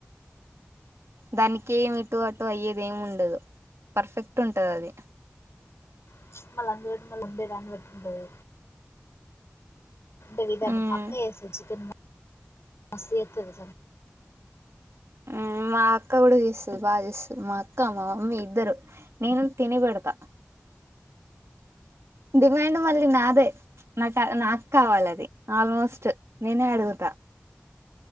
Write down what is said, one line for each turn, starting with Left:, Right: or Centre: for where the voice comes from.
Right: దానికి ఏమి ఇటు అటు అయ్యేది ఏమి ఉండదు పర్ఫెక్ట్ ఉంటది అది
Left: ప్చ్ మల్లా అందులోకి మల్ల ఉండే దాన్ని బెట్టుకుంటది అ విధానం
Right: ఉమ్
Left: అక్క చేస్తది చికెన్ మస్తు చెత్తది
Right: మ్మ్ హ్ మా అక్క కూడా చేస్తుంది బాగా చేస్తుంది మా అక్క మా మమ్మీ ఇద్దరు నేను తిని పెడుతా డిమాండ్ మళ్ళ నాది అదే నాకు కావాలి అది ఆల్మోస్ట్ నేనే అడుగుతా